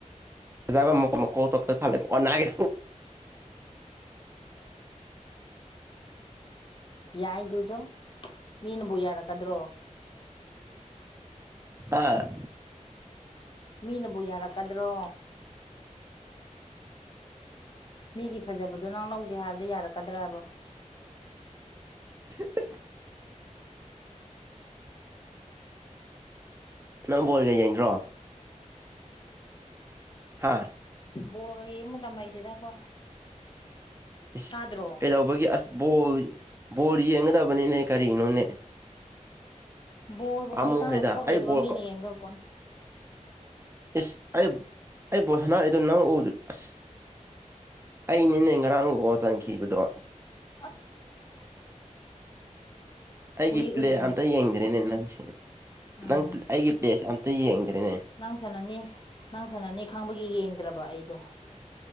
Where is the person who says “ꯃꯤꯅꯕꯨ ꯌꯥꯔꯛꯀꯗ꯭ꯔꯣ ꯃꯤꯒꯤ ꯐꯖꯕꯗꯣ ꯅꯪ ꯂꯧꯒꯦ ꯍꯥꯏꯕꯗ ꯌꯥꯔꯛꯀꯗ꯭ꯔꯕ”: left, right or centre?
Left